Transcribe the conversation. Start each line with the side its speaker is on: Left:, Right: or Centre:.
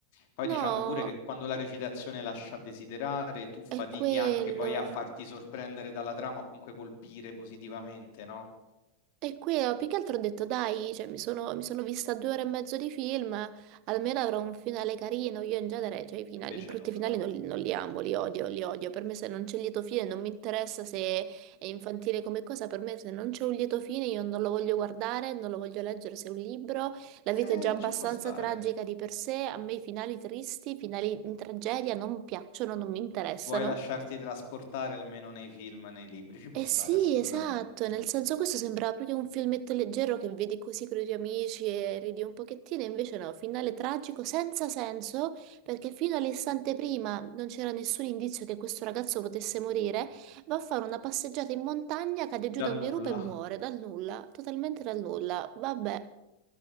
Left: Poi
Right: no,
Left: diciamo pure che quando la recitazione lascia a desiderare, tu fatichi
Right: è quello.
Left: anche poi a farti sorprendere dalla trama o comunque colpire positivamente, no?
Right: E qui eh, più che altro ho detto dai, cioè, mi sono, mi sono vista due ore e mezzo di film, almeno avrò un finale carino. Io in genere, cioè, i, finali-
Left: Invece
Right: i brutti
Left: nulla.
Right: finali non, li non li amo, li odio, li odio. Per me se non c'è il lieto fine non mi interessa se è infantile come cosa, per me se non c'è un lieto fine io non lo voglio guardare, non lo voglio leggere se è un libro. La vita
Left: Eh,
Right: è già abbastanza
Left: ci può stare.
Right: tragica di per sé, a me i finali tristi, i finali in tragedia non piacciono, non mi interessano.
Left: Vuoi lasciarti trasportare almeno nei film, nei libri, ci può
Right: Eh
Left: stare
Right: sì,
Left: assolutamente.
Right: esatto, nel senso questo sembrava proprio un filmetto leggero che vedi così con i tuoi amici e ridi un pochettino, e invece no, finale tragico senza senso, perché fino all'istante prima non c'era nessun indizio che questo ragazzo potesse morire, va a fare una passeggiata in montagna, cade giù
Left: Dal
Right: da un
Left: nulla,
Right: dirupo e muore, dal nulla, totalmente dal nulla. Vabbè,